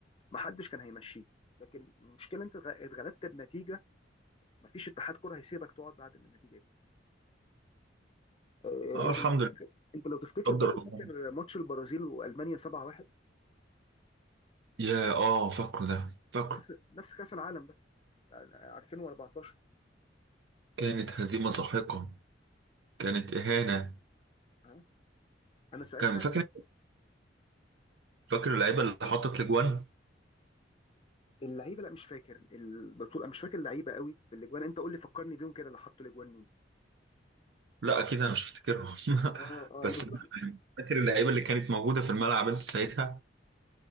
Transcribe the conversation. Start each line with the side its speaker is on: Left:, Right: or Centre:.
Left: ما حدش كان هيمشيه لكن المشكله انت اتغ- اتغلبت بنتيجه ما فيش اتحاد كره هيسيبك تقعد بعد النتيجه دي آه،
Right: اه
Left: انت
Right: الحمد
Left: لو تفتكر
Right: لله
Left: انت لو تفتكر
Right: قدر
Left: برضه
Right: الله
Left: فاكر ماتش البرازيل والمانيا 7-1
Right: يا اه فاكره ده فاكره
Left: نفس نفس كاس العالم ده 2014
Right: كانت هزيمة ساحقة كانت إهانة
Left: اه انا ساعتها
Right: كان فاكر فاكر اللعيبة اللي حطت الأجوان
Left: اللعيبه لا مش فاكر البطوله مش فاكر اللعيبه قوي في الاجوان انت قول لي فكرني بيهم كده اللي حطوا الاجوان مين
Right: لا أكيد أنا مش هفتكرهم
Left: اه
Right: <laughs>
Left: اه
Right: بس
Left: البطوله
Right: فاكر اللعيبة اللي كانت موجودة في الملعب أنت ساعتها